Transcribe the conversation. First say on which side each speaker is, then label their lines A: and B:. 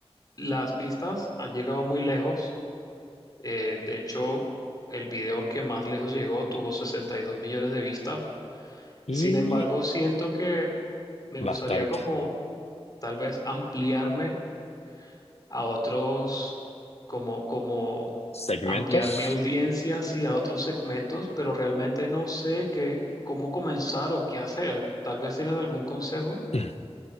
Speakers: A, on the left; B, on the left.
A: Las vistas han llegado muy lejos. eh, de hecho, el video que más lejos llegó tuvo 62 millones de vistas.
B: Y
A: Sin embargo, siento que me
B: bastante.
A: gustaría como tal vez ampliarme a otros, como, como
B: ¿Segmentos?
A: ampliar mi audiencia hacia otros segmentos, pero realmente no sé qué, cómo comenzar o qué hacer. Tal vez tienes algún consejo.
B: <clears throat>